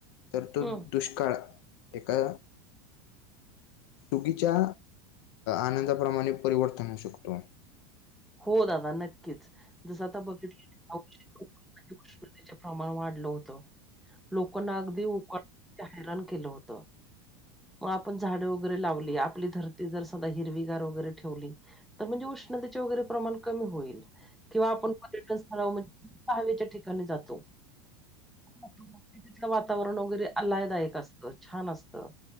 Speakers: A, on the left; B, in the centre.
A: तर तो
B: हं.
A: दुष्काळ एका चुकीच्या आनंदाप्रमाणे परिवर्तन होऊ शकतो.
B: हो, दादा, नक्कीच. जसं आता बघितलं उष्णतेचे प्रमाण वाढलं होतं. लोकांना अगदी उकाड्याने हैराण केलं होत. मग आपण झाडे वगैरे लावली आपली धरती जर सदा हिरवीगार वगैरे ठेवली. तर म्हणजे उष्णतेचे वगैरे प्रमाण कमी होईल. किंवा आपण पर्यटन स्थळ म्हणजे थंड हवेच्या ठिकाणी जातो. तीतलं वातावरण वगैरे अल्लायदायक असतं, छान असतं.